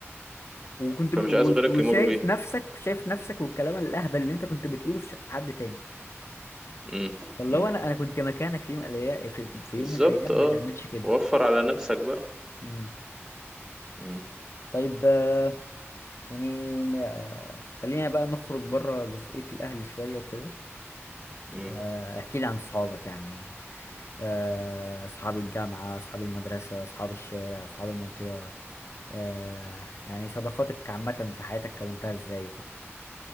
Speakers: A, on the left; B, on the right.
A: وكنت ب...
B: فمش
A: و-
B: عايز غيرك
A: وشايف
B: يمر بيه
A: نفسك شايف نفسك والكلام الأهبل اللي انت كنت بتقوله في ش- في حد تاني
B: امم
A: فاللي
B: امم
A: هو انا انا كنت مكانك في يوم من الأيا- في... في
B: بالظبط
A: يوم من الايام
B: اه
A: ما تعملش كده
B: وفر على نفسك بقى
A: مم.
B: امم
A: طيب آه، يعني آه، خلينا بقى نخرج بره جزئية الاهل شوية وكده
B: امم
A: آه، احكي لي عن صحابك يعني آه، أصحاب الجامعة أصحاب المدرسة أصحاب الشارع أصحاب المنطقة آه، يعني صداقاتك عامة في حياتك كونتها إزاي وكده